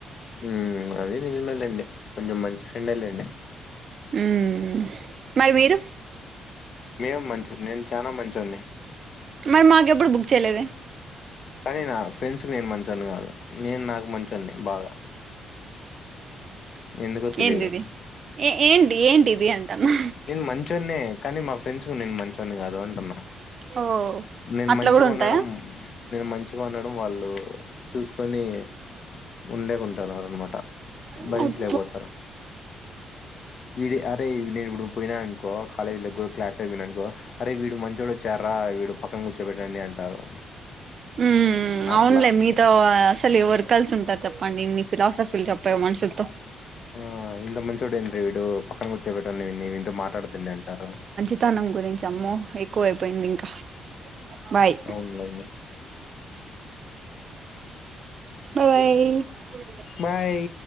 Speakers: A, on the left; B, on the right.
A: మ్మ్ అది నిజమే లేండి కొంచెం మంచి ఫ్రెండే లెండి.
B: మ్మ్ మరి మీరు.
A: నేను మంచోన్నే నేను చాలా మంచోన్ని.
B: మరి మాకు ఎప్పుడు బుక్ చేయలేదే.
A: కానీ నా ఫ్రెండ్స్ కి నేను మంచోన్ని కాదు నేను నాకు మంచోన్నే బాగా. ఎందుకో తెలియదు
B: ఏంది ఇది ఏ ఏంటి ఏంటిది అంటాన్నా.
A: నేను మంచోన్నే కానీ మా ఫ్రెండ్స్ కు నేను మంచొన్ని కాదు అంటున్నా.
B: ఓ
A: నేను
B: అట్లా
A: మంచిగ
B: కూడా ఉంటాయా
A: ఉండడం. నేను మంచిగా ఉండడం వాళ్ళు చూసుకొని ఉండలేకుంటారు అన్నమాట.
B: ఛీమ్ అబ్.
A: లేకపోతారు ఇడి అరే నేను ఇప్పుడు పోయినా అనుకో. కాలేజీలో కూడా క్లాస్ లో పోయిననుకో అరే వీడు మంచోడు వచ్చారా వీడు పక్కన కూర్చోబెట్టండి అంటారు.
B: మ్మ్
A: అట్లా
B: అవునులే మీతో అ అసలు ఎవరు కలిసి ఉంటారు చెప్పండి ఇన్ని ఫిలాసఫీలు చెప్పె మనుషులతో.
A: ఆ ఇంత మంచోడు ఏంట్రా వీడు పక్కన కూర్చో పెట్టండి నీ ఇంతో మాట్లాడొద్దండి అంటారు.
B: త్తానం గురించి అమ్మో ఎక్కువైపోయింది ఇంకా బాయ్
A: అవునులేండి
B: బాయ్ బాయ్
A: బాయ్